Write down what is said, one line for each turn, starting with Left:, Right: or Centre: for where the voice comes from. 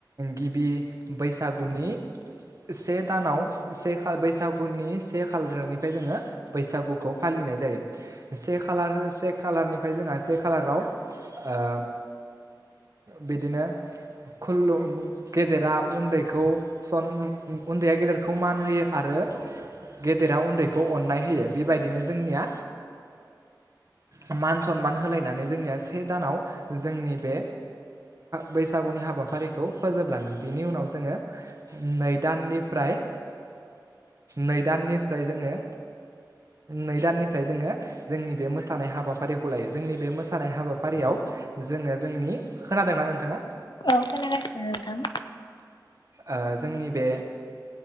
Right: गिबि बैसागुनि से दानाव से बैसागुनि से खालारनिफ्राय जोङो बैसागुखौ फालिनाय जायो। से खालार से खालारनि फ्राय जोंहा से खालाराव ओ बिदिनो खुलु गेदेरा उन्दैखौ सन उन्दैया गेदेरखौ मान होयो आरो गेदेरा उन्दै खौ अननाय होयो, बेबायदिनो जोंनिआ ओ मान सनमान होलायनानै जोंनिया से दानाव जोंनि बे बैसागुनि हाबाफारिखौ फोजोबलाङो। बिनि उनाव जोङो नै दाननिफ्राय नै दाननिफ्राय जोङो नै दाननिफ्राय जोङो जोंनि बे मोसानाय हाबाफारि खौ लायो। जोंनि बे मोसानाय हाबाफारियाव जोङो जोंनि खोनादोंना नोंथाङा?
Left: औ खोनागासिनो नोंथां।
Right: ओ जोंनि बे